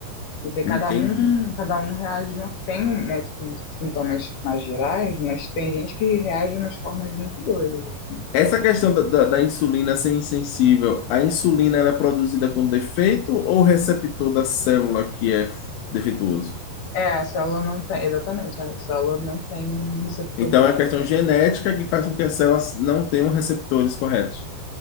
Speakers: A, on the left; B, on the left.
A: Porque cada
B: Entendi.
A: um, cada um reage de uma, tem um, né, tipo, sintomas mais gerais, mas tem gente que reage de umas formas muito doidas, assim.
B: Essa questão da, da, da insulina ser insensível, a insulina ela é produzida com defeito ou o receptor da célula que é f- defeituoso?
A: É, a célula não tem, exatamente, a célula não tem receptor
B: Então
A: bom.
B: é a questão genética que faz com que as células não tenham receptores corretos.